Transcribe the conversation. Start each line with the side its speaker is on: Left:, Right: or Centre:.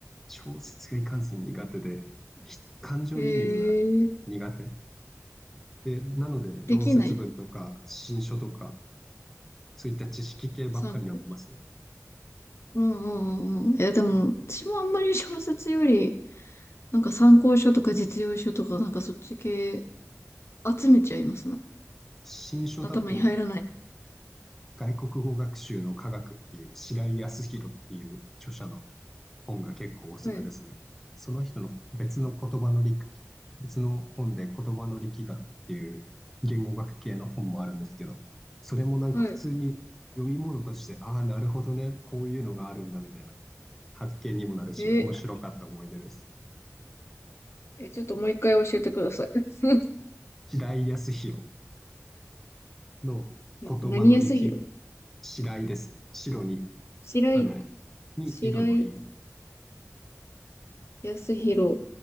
Centre: 小説がいかんせん苦手で、ひ感情移入が苦手。
Left: ええ
Centre: で、なので、論説文とか、
Left: できない。
Centre: 新書とか、そういった知識系ばっかり読んでますね。
Left: 参考。うんうんうんうん。いや、でも、私もあんまり小説より、なんか参考書とか実用書とか、なんかそっち系集めちゃいますね。
Centre: 新書だと、
Left: 頭に入らない。
Centre: 外国語学習の科学っていう、白井康弘っていう著者の本が結構おすすめですね。
Left: はい。
Centre: その人の別の言葉の力、別の本で言葉の力学っていう言語学系の本もあるんですけど、それもなんか普通に読み物として、
Left: はい。
Centre: ああ、なるほどね、こういうのがあるんだみたいな発見にもなるし、
Left: えー
Centre: 面白かった思い出です。
Left: え、ちょっともう一回教えてください。<laughs>
Centre: 白井康弘の言葉の力、
Left: な何安弘
Centre: 白井です。白に、
Left: 白井、
Centre: あの、に井戸の井。
Left: 白井康弘